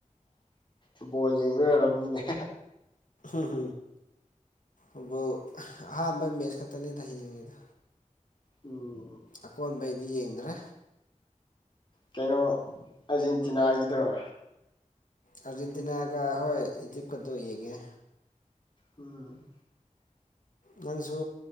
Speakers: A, on the left (about 35°); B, on the left (about 75°).
A: ꯑ ꯕꯣꯜ ꯌꯦꯡꯕ ꯂꯣꯏꯔꯔꯕꯅꯤꯅꯦ
B: ꯎꯝꯝ ꯑꯗꯨꯕꯨ ꯑꯍꯥꯟꯕ ꯃꯦꯠꯁ ꯈꯛꯇꯅꯦꯗ ꯍꯌꯦꯡꯉꯦꯗ
A: ꯎ
B: ꯑꯀꯣꯟꯕꯩꯗꯤ ꯌꯦꯡꯗ꯭ꯔꯦ
A: ꯀꯩꯅꯣ ꯑꯔꯖꯦꯟꯇꯤꯅꯥ ꯍꯥꯏꯒꯗꯔꯣ
B: ꯑꯥꯔꯖꯦꯟꯇꯤꯅꯥꯒ ꯍꯣꯏ ꯏꯗꯤꯞꯀꯛꯇꯣ ꯌꯦꯡꯉꯦ
A: ꯎꯝ
B: ꯅꯪꯁꯨ